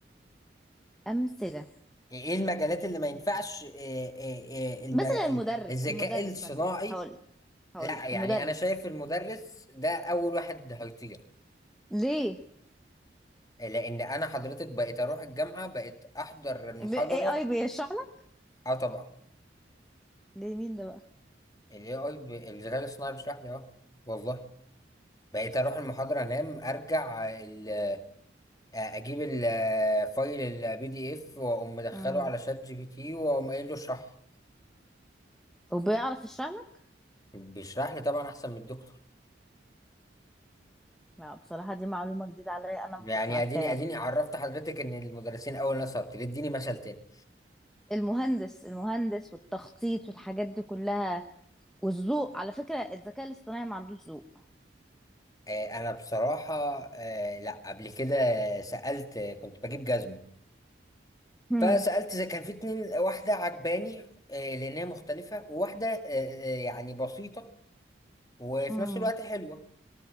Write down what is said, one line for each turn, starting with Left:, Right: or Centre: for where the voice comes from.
Centre: امثله
Left: ايه المجالات اللي ما ينفعش إيه إيه إيه الم-
Centre: مثلا
Left: ال-
Centre: المدرس
Left: الذكاء
Centre: المدرس
Left: الصناعي
Centre: مثلا هقولك هقولك
Left: لا يعني
Centre: المدرس
Left: انا شايف المدرس ده اول واحد هيطير
Centre: ليه
Left: لان انا حضرتك بقيت اروح الجامعه بقيت احضر المحاضره
Centre: ب- AI بيشرح لك
Left: اه طبعا
Centre: ليه مين ده بقى
Left: الاي اي ب- الذكاء الصناعي بيشرح لي اه والله بقيت اروح المحاضره انام ارجع ال- آه، اجيب الفايل البي دي اف واقوم مدخله
Centre: امم
Left: على شات جي بي تي واقوم قايل له اشرح
Centre: وبيعرف يشرح لك
Left: بيشرح لي طبعا احسن من الدكتور
Centre: لا بصراحة دي معلومة جديدة عليا أنا
Left: يعني
Centre: ما كنتش عارفاها
Left: اديني اديني عرفت حضرتك ان المدرسين اول ناس هبطل اديني مثل تاني
Centre: المهندس المهندس والتخطيط والحاجات دي كلها والذوق على فكرة الذكاء الاصطناعي ما عندوش ذوق
Left: آه انا بصراحه آه لا قبل كده سالت كنت بجيب جزمه
Centre: هم
Left: فسالت زي كان في اتنين واحده عجباني آه لان هي مختلفه وواحده آه آه، يعني بسيطه وفي
Centre: هم
Left: نفس الوقت حلوه